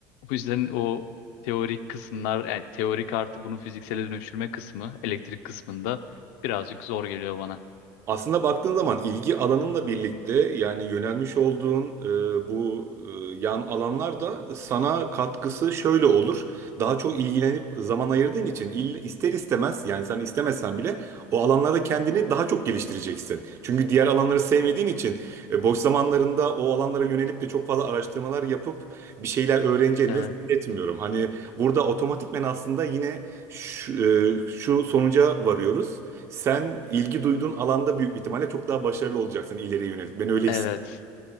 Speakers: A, on the left; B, on the right.
A: O yüzden o teorik kısımlar, yani teorik artı bunu fiziksele dönüştürme kısmı, elektrik kısmında birazcık zor geliyor bana.
B: Aslında baktığın zaman ilgi alanınla birlikte yani yönelmiş olduğun e, bu e, yan alanlar da sana katkısı şöyle olur. Daha çok ilgilenip zaman ayırdığın için ill- ister istemez yani sen istemesen bile o alanlarda kendini daha çok geliştireceksin. Çünkü diğer alanları sevmediğin için e, boş zamanlarında o alanlara yönelip de çok fazla araştırmalar yapıp bir şeyler öğreneceğini
A: Evet,
B: de zannetmiyorum. Hani burada otomatikmen aslında yine şu, e, şu sonuca varıyoruz. Sen ilgi duyduğun alanda büyük bir ihtimalle çok daha başarılı olacaksın ileriye yönelik. Ben öyle
A: evet,
B: hissediyorum.